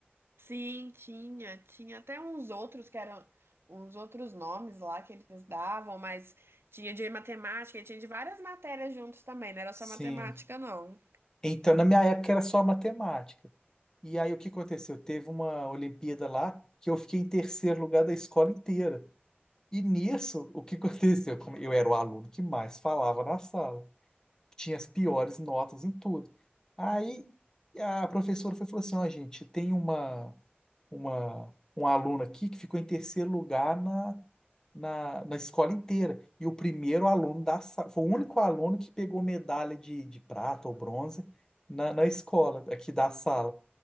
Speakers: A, on the right (about 75°); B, on the left (about 15°).
A: Sim, tinha. Tinha até uns outros que eram uns outros nomes lá que eles davam, mas tinha de matemática e tinha de várias matérias juntos também, não era
B: Sim.
A: só matemática, não.
B: Então, na minha época era só matemática. E aí o que aconteceu? Teve uma Olimpíada lá que eu fiquei em terceiro lugar da escola inteira. E nisso, o que <laughs> aconteceu? Como eu era o aluno que mais falava na sala, tinha as piores notas em tudo. Aí a professora foi e falou assim: ó, gente, tem uma, uma um aluno aqui que ficou em terceiro lugar na, na, na escola inteira. E o primeiro aluno da sala, foi o único aluno que pegou medalha de, de prata ou bronze na, na escola, aqui da sala.